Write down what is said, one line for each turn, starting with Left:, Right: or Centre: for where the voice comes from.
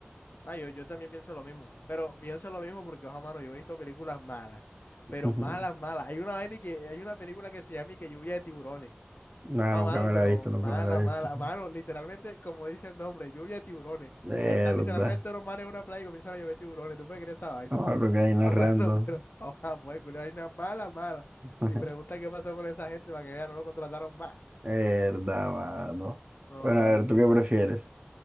Left: Ah, yo, yo también pienso lo mismo, pero pienso lo mismo porque, ojo, mano, yo he visto películas malas, pero
Right: <laughs>
Left: malas, malas. Hay una vaina que, hay una película que se llama y que Lluvia de Tiburones.
Right: No,
Left: Ah,
Right: nunca
Left: mano,
Right: me
Left: pero
Right: la he visto,
Left: mala,
Right: nunca me la he
Left: mala,
Right: visto.
Left: mano, literalmente, como dice el nombre, Lluvia de Tiburones.
Right: verdad.
Left: Están literalmente los manes en una playa y comienzan a llover tiburones. ¿Tú puedes creer esa vaina?
Right: No, porque hay no
Left: Ah,
Right: es
Left: mano,
Right: random.
Left: <laughs> pero, ojalá, pues, culo, vaina mala, mala.
Right: <laughs>
Left: Y pregunta qué pasó con esa gente para que ya no lo contrataron más.
Right: Verdad, mano.
Left: No,
Right: Bueno, a
Left: así,
Right: ver, ¿tú qué
Left: más.
Right: prefieres?